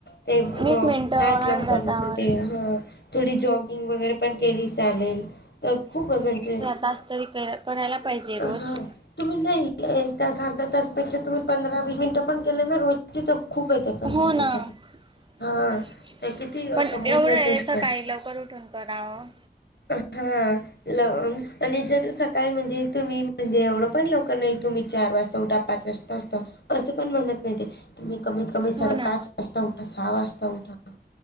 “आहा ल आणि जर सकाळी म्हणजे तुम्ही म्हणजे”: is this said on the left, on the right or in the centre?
Left